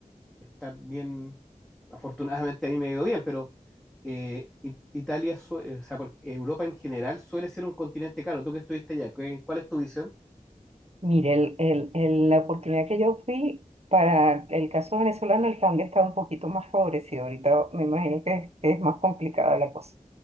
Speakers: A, in the centre; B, on the right (about 50°).
A: estar bien, afortunadamente a mí me ha ido bien, pero eh, It- Italia, su- eh, o sea, por- Europa en general suele ser un continente caro. Tú que estuviste allá, ¿qué- ¿cuál es tu visión?
B: Mire, el, el- el- la oportunidad que yo fui para el caso venezolano, el cambio estaba un poquito más favorecido. Ahorita me imagino que, que es más complicada la cosa.